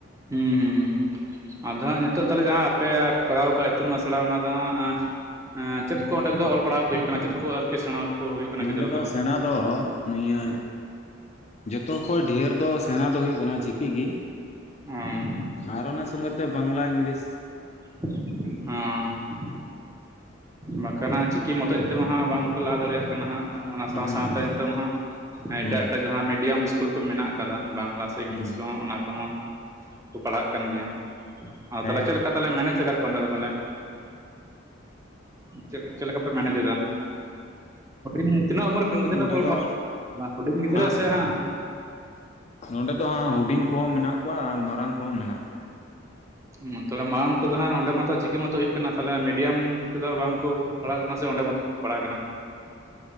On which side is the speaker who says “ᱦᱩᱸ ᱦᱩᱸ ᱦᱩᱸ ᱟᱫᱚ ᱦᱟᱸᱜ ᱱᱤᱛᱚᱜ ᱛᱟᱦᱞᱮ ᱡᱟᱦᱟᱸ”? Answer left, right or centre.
Right